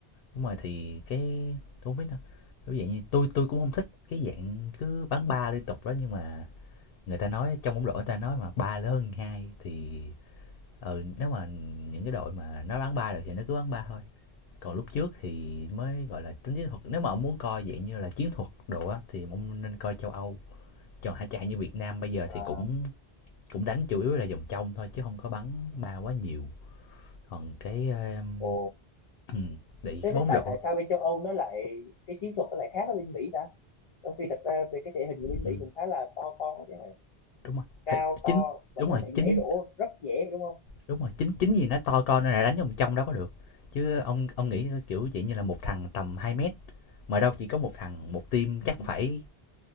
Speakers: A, on the left; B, on the left.
A: đúng rồi thì cái tôi không biết đâu. Kiểu dạng như tôi tôi cũng không thích cái dạng cứ bắn ba liên tục đó nhưng mà người ta nói trong bóng rổ người ta nói mà ba lớn hơn hai thì ừ nếu mà những cái đội mà nó bán ba được thì nó cứ bán ba thôi còn lúc trước thì mới gọi là tính chiến thuật nếu mà ông muốn coi dạng như là chiến thuật đồ á thì ông nên coi châu âu còn hả chạy như việt nam bây giờ
B: à
A: thì cũng cũng đánh chủ yếu là vòng trong thôi chứ không có bắn ba quá nhiều còn cái um,
B: ồ
A: ừ, bị
B: thế,
A: cái
B: thế
A: bóng
B: tại
A: rổ
B: tại sao bên châu Âu nó lại cái chiến thuật nó lại khác ở bên Mỹ ta trong khi thật ra về cái thể hình của bên
A: ừ,
B: Mỹ cũng khá là to con chứ hả?
A: đúng rồi
B: cao to
A: chính
B: vẫn
A: đúng
B: có
A: rồi
B: thể nhảy
A: chính
B: rổ rất dễ đúng không
A: đúng rồi chính chính gì nó to con nên là đánh vòng trong đó có được chứ ông ông nghĩ kiểu vậy như là một thằng tầm 2 mét mà đâu chỉ có một thằng một team chắc phải